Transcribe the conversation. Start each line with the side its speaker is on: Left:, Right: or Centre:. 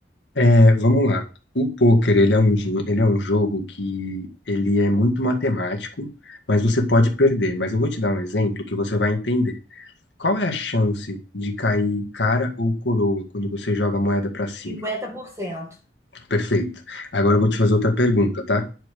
Left: É, vamos lá. O poker, ele é um, din- ele é um jogo que ele é muito matemático, mas você pode perder. Mas eu vou te dar um exemplo que você vai entender. Qual é a chance de cair cara ou coroa quando você joga a moeda para cima?
Right: cinquenta por cento?
Left: Perfeito. Agora eu vou te fazer outra pergunta, tá?